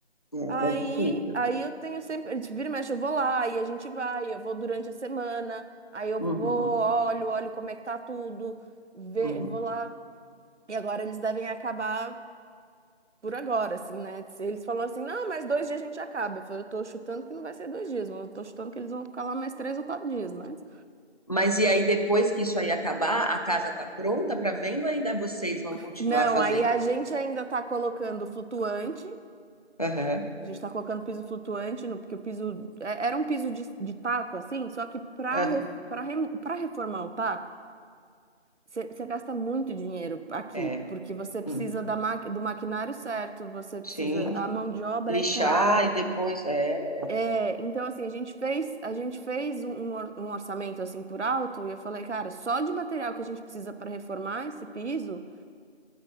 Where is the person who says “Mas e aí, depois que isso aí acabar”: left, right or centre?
Left